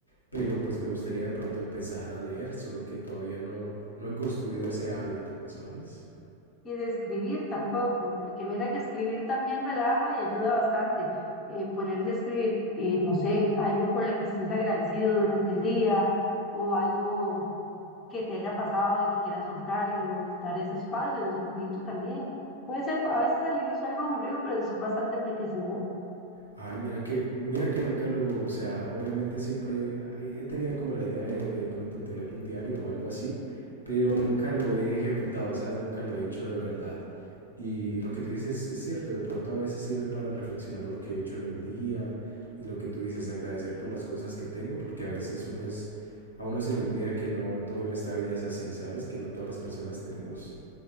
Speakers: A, on the left; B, on the left.
A: pero pues me gustaría de pronto empezar a leer, solo que todavía no, no he construido ese hábito, ¿sabes?
B: y de escribir tampoco, porque mira que escribir también relaja y ayuda bastante. eh, ponerse a escribir, eh, no sé, algo por lo que estés agradecido durante el día o algo que te haya pasado y que quieras soltarlos, dar ese espacio, es bonito también. Puede ser a veces al inicio algo aburrido, pero es bastante enriquecedor.
A: Ay, mira que, mira que nunca lo, o sea, obviamente siempre he, he tenido como la idea de, de pronto tener un diario o algo así, pero nunca lo he ejecutado, ¿sabes? Nunca lo he hecho de verdad. Y lo que tú dices es cierto, de pronto a veces sirve para reflexionar lo que he hecho en el día y lo que tú dices, agradecer por las cosas que tengo, porque a veces uno es, a uno se le olvida que no todo en esta vida es así, ¿sabes? Que no todas las personas tenemos